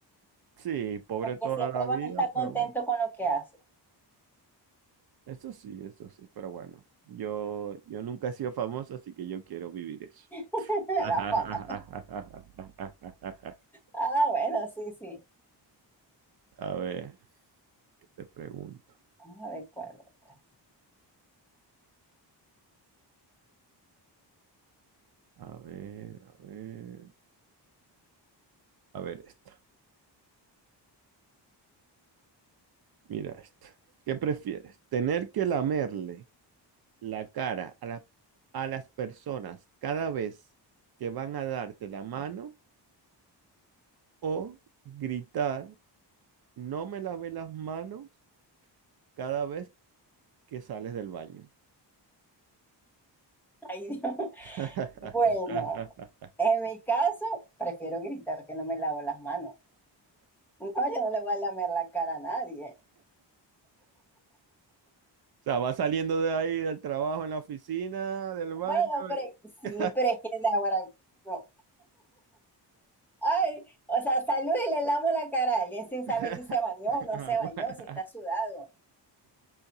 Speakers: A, on the right; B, in the centre.
A: Sí, pobre
B: porque
A: toda
B: siempre
A: la vida,
B: vas a estar contento
A: pero bueno,
B: con lo que haces,
A: eso sí, eso sí, pero bueno, yo, yo nunca he sido famoso, así que yo quiero vivir eso.
B: <laughs>
A: <laughs>
B: la fama. Ah, bueno, sí, sí.
A: A ver, ¿qué te pregunto?
B: Vamos a ver cuál otra.
A: A ver, a ver, a ver esto. Mira esto. ¿Qué prefieres? ¿Tener que lamerle la cara a las, a las personas cada vez que van a darte la mano o gritar, no me lavé las manos cada vez que sales del baño?
B: Ay, Dios. <laughs>
A: <laughs>
B: Bueno, en mi caso, prefiero gritar que no me lavo las manos. No, yo no le voy a lamer la cara a nadie.
A: O sea, va saliendo de ahí del trabajo en la oficina, del baño.
B: Bueno, pero sí,
A: y-
B: pero es que ahora no. Ay, o sea, salud y le lamo la cara a alguien sin
A: <laughs>
B: saber si se bañó o no se bañó, si está sudado.